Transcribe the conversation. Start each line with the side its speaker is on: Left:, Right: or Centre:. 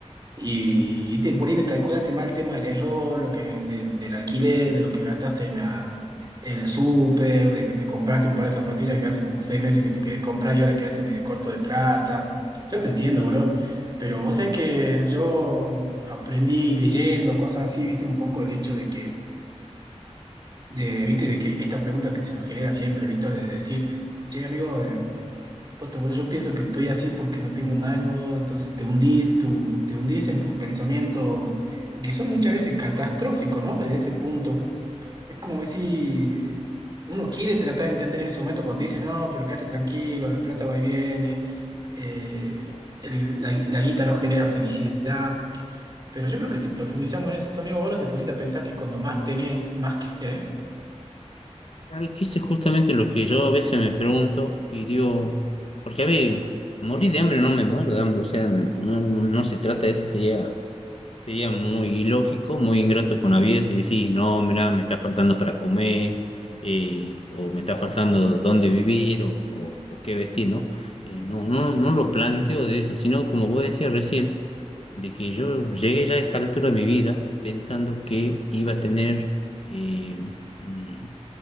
Right: Y, y te, por ahí le calculaste mal el tema del error, lo que, del, del alquiler, de lo que gastaste en, la- en el súper, de que te compraste un par de zapatillas que hace como seis meses que te querés comprar y ahora quedaste medio corto de plata. Yo te entiendo, boludo. Pero vos sabés que yo aprendí leyendo cosas así, viste, un poco el hecho de que, de, viste, de que esta pregunta que se nos genera siempre, Víctor, de decir, che, amigo, eh, Puta, bro, yo pienso que estoy así porque no tengo un mango, entonces te hundís, tu- te hundís en tus pensamientos, y que son muchas veces catastróficos, ¿no? Desde ese punto. Es como si uno quiere tratar de entender en ese momento cuando te dice, no, pero quédate tranquilo, la plata va y viene, eh, el- la, la guita no genera felicidad. Pero yo creo que si profundizamos en eso, amigo, vos no te pusiste a pensar que cuando más tenés, más querés.
Left: Claro, que eso es justamente lo que yo a veces me pregunto y digo, porque a ver, morir de hambre no me muero de hambre, o sea, no, no- no se trata de eso, sería, sería muy ilógico, muy ingrato con la vida si decís, no, mira, me está faltando para comer, eh, o me está faltando dónde vivir, o, o- o qué vestir, ¿no? Eh, no, no, no lo planteo de eso, sino como vos decías recién, de que yo llegué ya a esta altura de mi vida pensando que iba a tener, eh, mm,